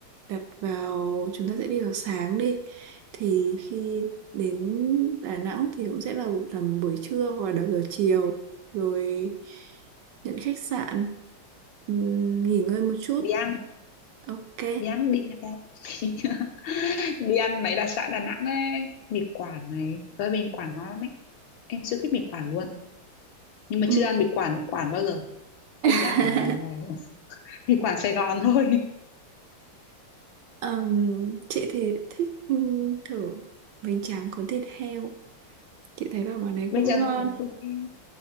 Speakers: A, on the right; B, on the left.
A: đặt vào chúng ta sẽ đi vào sáng đi. Thì khi đến Đà Nẵng thì cũng sẽ là tầm buổi trưa hoặc là đầu giờ chiều rồi nhận khách sạn ừ, nghỉ ngơi một chút.
B: đi ăn
A: Ok.
B: đi ăn đi ăn em. <laughs> đi ăn mấy đặc sản Đà Nẵng ấy mì Quảng này tới mì Quảng ngon lắm ấy em siêu thích mì Quảng luôn nhưng mà
A: Ừ.
B: chưa ăn mì Quảng ở Quảng bao giờ em
A: <laughs>
B: chỉ ăn mì, <laughs> mì Quảng Sài Gòn thôi <laughs>
A: Ừm, chị thì thích ừ, thử bánh tráng có thịt heo. Chị thấy bảo món đấy
B: bây
A: cũng
B: giờ
A: ngon.
B: muốn thịt heo